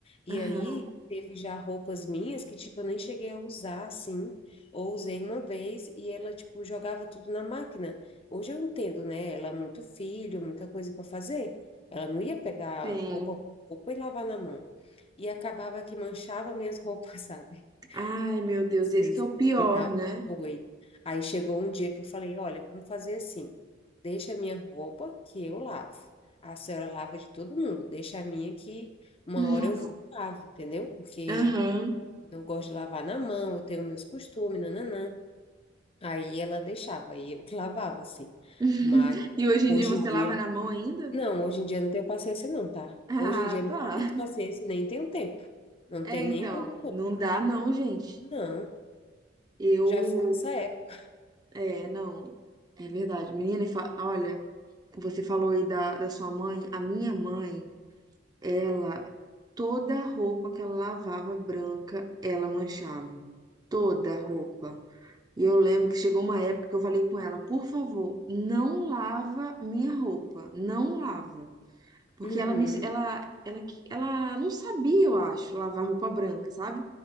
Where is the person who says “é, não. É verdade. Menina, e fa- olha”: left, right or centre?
Right